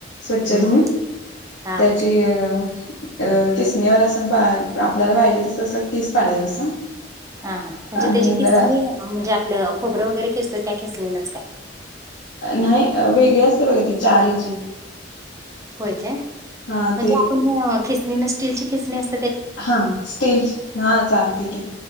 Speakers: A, on the left (about 80°); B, on the right (about 15°).
A: स्वच्छ
B: हम्म
A: धुण
B: हा
A: त्याची अ अ किसनीवर असं बा आपल्याला पाहिजे तस असं किस पाडयच असं
B: हा हा म्हणजे
A: आणि
B: त्याची खिसनी
A: जरा
B: म्हणजे आपलं खोबरं वगैरे खिसतोय त्या खिसणीनच काय?
A: नाही वेगळी असते बघा ती चार ह्याची.
B: होय काय
A: हा
B: म्हणजे
A: ते
B: आपण खिसनी न स्टीलची खिसनी अस
A: हा स्टील हा चालते की